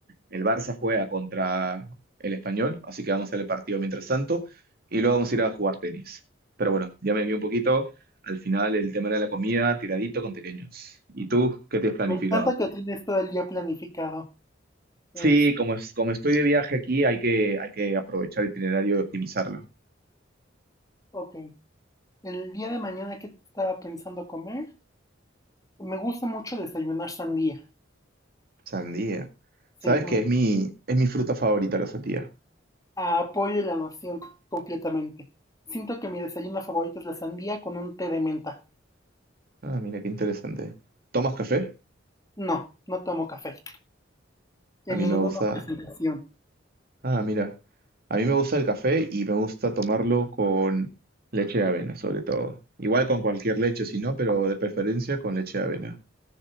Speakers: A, on the right; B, on the left.
A: El Barça juega contra el Español, así que vamos a hacer el partido mientras tanto y luego vamos a ir a jugar tenis. Pero bueno, ya me vi un poquito. Al final el tema de la comida, tiradito con pequeños. ¿Y tú qué te has planificado?
B: Me encanta que tienes todo el día planificado. Es,
A: Sí, como, es, como estoy de viaje aquí, hay que, hay que aprovechar el itinerario y optimizarlo.
B: ok. El día de mañana, ¿qué estaba pensando comer? Me gusta mucho desayunar sandía.
A: Sandía. ¿Sabes
B: Sí, me
A: qué?
B: enc-
A: Es mi, es mi fruta favorita, la sandía.
B: apoyo la noción c- completamente. Siento que mi desayuno favorito es la sandía con un té de menta.
A: Ah, mira, qué interesante. ¿Tomas café?
B: No, no tomo café. En
A: A mí
B: ninguna
A: me gusta.
B: presentación.
A: Ah, mira. A mí me gusta el café y me gusta tomarlo con leche de avena, sobre todo. Igual con cualquier leche, si no, pero de preferencia con leche de avena.